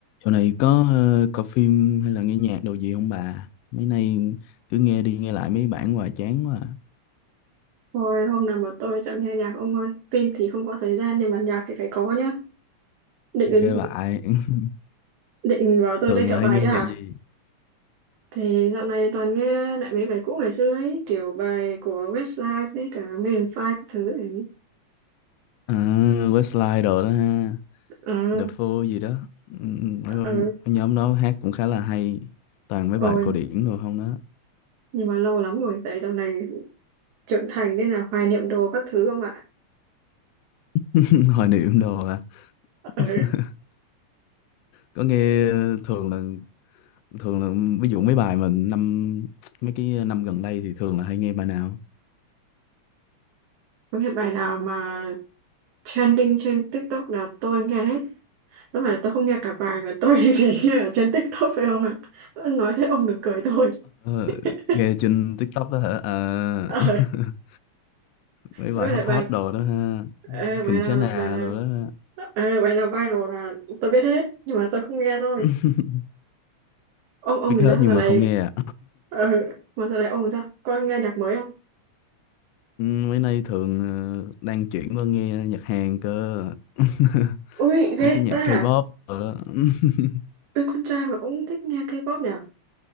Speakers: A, on the left; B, on the right.
A: Dạo này có ờ, coi phim hay là nghe nhạc đồ gì không bà? Mấy nay cứ nghe đi nghe lại mấy bản hoài chán quá à.
B: Thôi hôm nào mà tôi chẳng nghe nhạc ông ơi Phim thì không có thời gian nhưng mà nhạc thì phải có nhá Định định,
A: Ghê vậy. <laughs>
B: định bảo tôi
A: thường
B: giới thiệu
A: là hay
B: bài
A: nghe
B: chứ
A: nhạc
B: hả
A: gì
B: Thì dạo này toàn nghe lại mấy bài cũ ngày xưa ấy Kiểu bài của Westlife đấy cả Maroon 5 các thứ ấy
A: À, Westlife đồ đó ha.
B: Ờ,
A: The Four gì đó. Ừ, ừ, Mấy,
B: ờ,
A: mấy nhóm đó hát cũng khá là hay. Toàn mấy
B: ôi
A: bài cổ điển đồ không đó.
B: Nhưng mà lâu lắm rồi Tại dạo này trưởng thành nên là hoài niệm đồ các thứ không ạ
A: <laughs> Hoài niệm đồ à.
B: Ờ,
A: <laughs> Có nghe ờ, thường là thường là ví dụ mấy bài mà năm mấy cái năm gần đây thì thường là hay nghe bài nào?
B: có cái bài nào mà trending trên TikTok là tôi nghe hết Lúc mà tôi không nghe cả bài mà tôi <laughs> chỉ nghe ở trên TikTok thôi không ạ. Nói thế ông đừng cười tôi.
A: Ờ,
B: <laughs>
A: nghe trên TikTok đó hả? À,
B: Ờ,
A: <laughs> mấy
B: với
A: bài hot
B: lại bài
A: hot đồ đó ha.
B: ờ, bài
A: Khỉnh
B: nào
A: Chá Nà
B: bài nào
A: đồ đó ha.
B: ờ, bài nào viral là tôi biết hết nhưng mà tôi không nghe thôi.
A: <laughs>
B: Ông ông
A: Biết
B: thì
A: hết
B: sao
A: nhưng
B: giờ này?
A: mà không nghe à.
B: Ờ, mà giờ này ông thì sao? Có nghe nhạc mới không?
A: Ừ, Mấy nay thường ờ, đang chuyển qua nghe nhạc Hàn cơ. <laughs>
B: Ui ghê
A: Mấy cái nhạc
B: ta.
A: K-pop đồ đó. <laughs>
B: Ui con trai mà cũng thích nghe K-pop nhỉ?